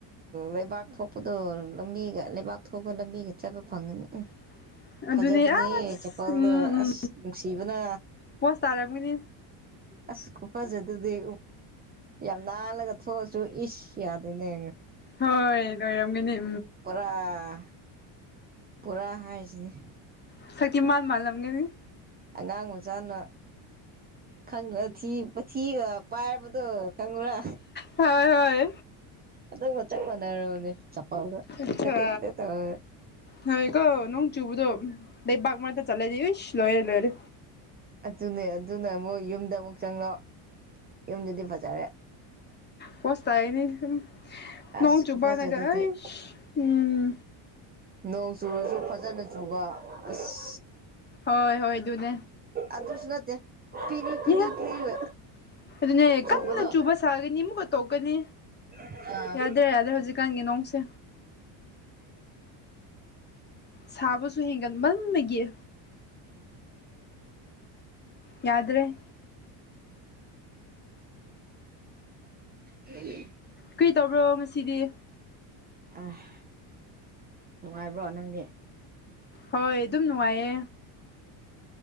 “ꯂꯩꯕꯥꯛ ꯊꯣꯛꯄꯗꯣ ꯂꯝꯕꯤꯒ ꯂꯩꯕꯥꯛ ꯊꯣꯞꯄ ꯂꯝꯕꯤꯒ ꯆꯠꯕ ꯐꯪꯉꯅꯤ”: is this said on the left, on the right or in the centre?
Right